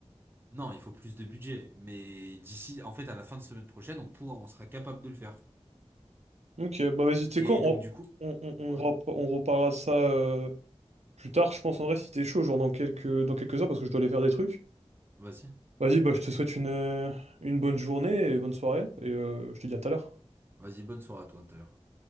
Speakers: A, on the right (about 20°); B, on the right (about 80°).
A: Non, il faut plus de budget. Mais d'ici, en fait, à la fin de semaine prochaine, on pourra, on sera capable de le faire.
B: Ok, bah vas-y, tu sais
A: Et
B: quoi, on,
A: donc, du coup...
B: on, on, on
A: Ouais,
B: rap- on reparlera de ça euh, plus tard, je pense, en vrai, si t'es chaud, genre dans quelques, dans quelques heures, parce que je dois aller faire des trucs.
A: vas-y.
B: Vas-y, bah je te souhaite une, euh, une bonne journée et bonne soirée, et euh, je te dis à tout à l'heure.
A: Vas-y, bonne soirée à toi, tout à l'heure.